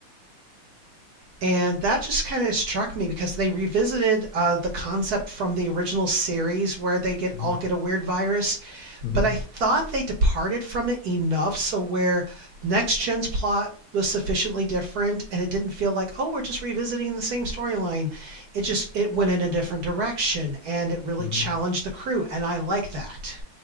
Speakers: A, on the right (about 55°); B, on the left (about 75°).
A: And that just kind of struck me because they revisited uh, the concept from the original series where they get
B: Mm-hmm.
A: all get a weird virus,
B: Mm-hmm.
A: but I thought they departed from it enough so where next gen's plot was sufficiently different and it didn't feel like oh we're just revisiting the same storyline it just it went in a different direction and it really
B: Mm-hmm.
A: challenged the crew and i like that